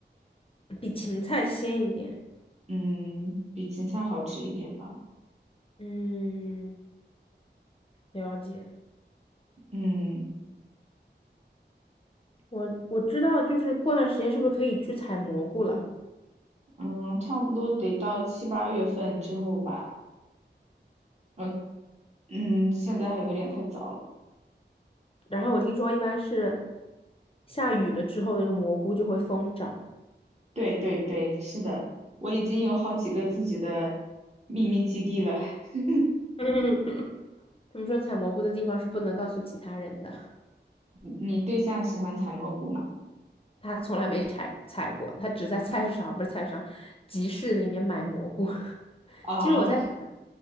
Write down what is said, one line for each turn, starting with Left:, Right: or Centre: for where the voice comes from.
Left: 比芹菜鲜一点。
Right: 嗯，比芹菜好吃一点吧。
Left: 嗯，了解。
Right: 嗯。
Left: 我我知道，就是过段时间是不是可以去采蘑菇了？
Right: 嗯，差不多得到七八月份之后吧。呃，嗯，现在还有点太早了。
Left: 然后我听说一般是下雨了之后，那个蘑菇就会疯长。
Right: 对对对，是的，我已经有好几个自己的秘密基地了。<laughs>
Left: <laughs> 他们说采蘑菇的地方是不能告诉其他人的，
Right: 你你对象喜欢采蘑菇吗？
Left: 他从来没采采过，他只在菜市场，不是菜市场，集市里面买蘑菇。<laughs>
Right: 啊，
Left: 其实我在想，